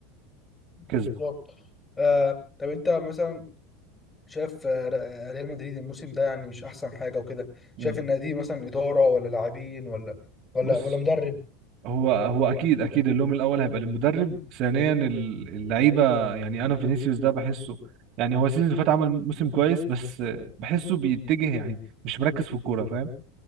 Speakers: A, on the left; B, on the right.
A: بالظبط
B: كسبوا
A: آه طب انت مثلا شايف آه، ر- آه، ريال مدريد الموسم ده يعني مش احسن حاجه وكده شايف
B: مم.
A: ان دي مثلا اداره ولا لاعبين ولا ولا
B: بص
A: ولا مدرب
B: هو هو اكيد اكيد اللوم الاول هيبقى للمدرب ثانيا ال- اللعيبه يعني انا فينيسيوس ده بحسه يعني هو السيزون اللي فات عمل موسم كويس بس بحسه بيتجه يعني مش مركز في الكوره فاهم